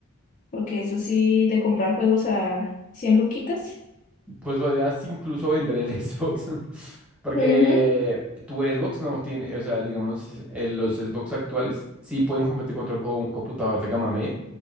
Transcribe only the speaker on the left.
porque eso sí, de comprar juegos a 100 luquitas.
Ujú.